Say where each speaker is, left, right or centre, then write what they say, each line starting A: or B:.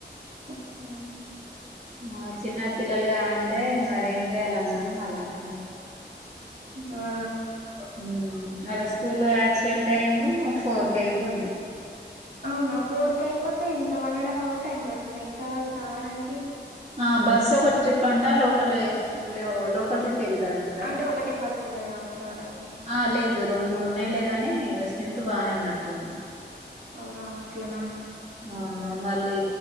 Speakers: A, on the right; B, on the right.
A: ఒహో
B: మా చిన్న పిల్లలుగా అంటే మరేమ్ చేయాలమ్మా అని వాళ్ళు అంటున్నారు
A: హుఆ
B: హ్మ్ అలా స్కూల్లో యాక్చువల్ టైము ఫోర్కయిపోద్ది
A: అవునా ఫోర్ కయిపోతే ఇంత one and half hour time పడుతద ఇంకా వాళ్ళు రావడానికి
B: ఆ బస్సు ఒక ట్రిప్ అంటా లోకల్ లేసి ఎల్లె వొళ్ళు లోకల్ ట్రిప్ పెళ్తాడంట
A: అంటే ఒకటే బస్సు ఉన్నది కావచ్చు వాళ్ళకి
B: ఆ లేదు రెండు మూడున్నాయిలే గాని వెస్టెంట్ బానే ఉన్నట్టుంది
A: ఆ అట్లనా
B: ఆ మళ్ళీ